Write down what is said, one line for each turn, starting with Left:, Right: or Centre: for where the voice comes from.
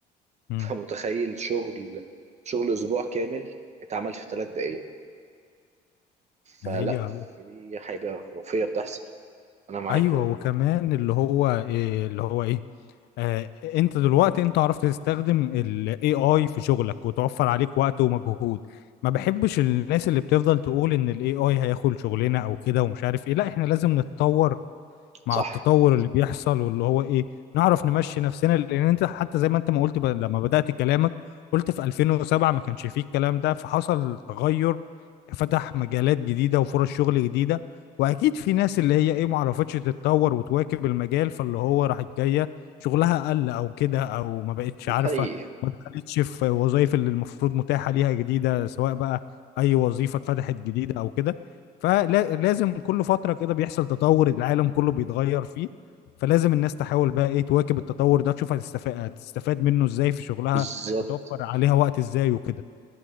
Right: <laughs>
Left: امم
Right: فمتخيل شغل شغل اسبوع كامل اتعمل في ثلاث دقائق فلا
Left: هي هو.
Right: في حاجه خرافيه بتحصل انا معاك
Left: ايوه
Right: اقول
Left: وكمان اللي هو إيه اللي هو ايه آه، انت دلوقتي انت عرفت تستخدم ال AI في شغلك وتوفر عليك وقت ومجهود ما بحبش الناس اللي بتفضل تقول ان ال AI هياخد شغلنا او كده ومش عارف ايه لا احنا لازم نتطور مع
Right: صح
Left: التطور اللي بيحصل واللي هو ايه نعرف نمشي نفسنا لان انت حتى زي ما انت ما قلت ب... لما بدأت كلامك قلت في 2007 ما كانش فيه الكلام ده فحصل تغير فتح مجالات جديدة وفرص شغل جديدة واكيد في ناس اللي هي ايه ما عرفتش تتطور وتواكب المجال فاللي هو راحت جاية شغلها قل او كده او ما بقتش
Right: ده
Left: عارفة
Right: حقيقي
Left: ما دخلتش في وظائف اللي المفروض متاحة ليها جديدة سواء بقى اي وظيفة اتفتحت جديدة او كده فلازم كل فترة كده بيحصل تطور العالم كله بيتغير فيه فلازم الناس تحاول بقى ايه تواكب التطور ده تشوف هتستفاد هتستفاد منه ازاي في شغلها
Right: بالظبط
Left: هتوفر عليها وقت ازاي وكده